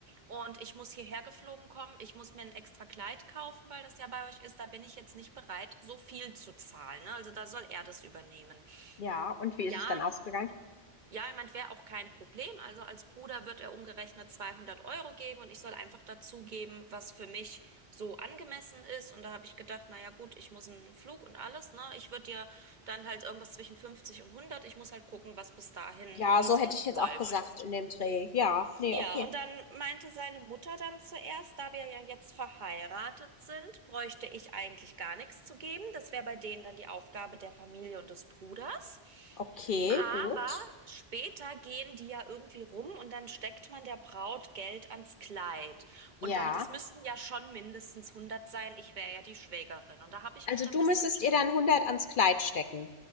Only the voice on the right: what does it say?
Und ich muss hierher geflogen kommen. Ich muss mir ein extra Kleid kaufen, weil das ja bei euch ist. Da bin ich jetzt nicht bereit, so viel zu zahlen, ne? Also da soll er das übernehmen.
Ja,
ja, ich meine, wäre auch kein Problem. Also als Bruder wird er umgerechnet 200 Euro geben und ich soll einfach dazugeben, was für mich so angemessen ist. Und da habe ich gedacht, naja gut, ich muss einen Flug und alles, ne? Ich würde dir dann halt irgendwas zwischen 50 und 100. Ich muss halt gucken, was bis dahin,
wie
es
läuft.
Ja,
und dann meinte seine Mutter dann zuerst, da wir ja jetzt verheiratet sind, bräuchte ich eigentlich gar nichts zu geben. Das wäre bei denen dann die Aufgabe der Familie und des Bruders.
Aber
später gehen die ja irgendwie rum und dann steckt man der Braut Geld ans Kleid.
Und damit, das müssten ja schon mindestens hundert sein. Ich wäre ja die Schwägerin. Und da habe ich
mich dann
ein bisschen
drü-